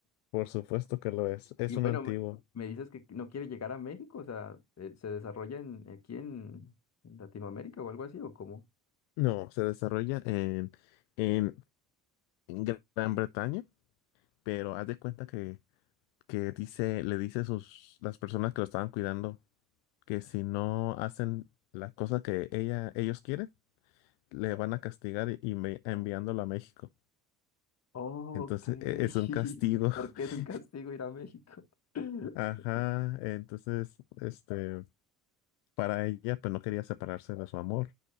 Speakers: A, on the left (about 65°); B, on the left (about 35°).
A: Por supuesto que lo es. Es
B: Y bueno,
A: un antiguo.
B: me, me dices que no quiere llegar a México, o sea, eh, ¿se desarrolla en, aquí en, en Latinoamérica o algo así o cómo?
A: No, se desarrolla en, en, en Gran Bretaña, pero haz de cuenta que, que dice, le dice a sus, las personas que lo estaban cuidando que si no hacen la cosa que ella, ellos quieren, le van a castigar y, y me- enviándolo a México.
B: Ok,
A: Entonces,
B: <laughs>
A: e- es un castigo.
B: porque
A: <laughs>
B: es un castigo ir a México. <laughs>
A: Ajá. Entonces, este, para ella, pues no quería separarse de su amor.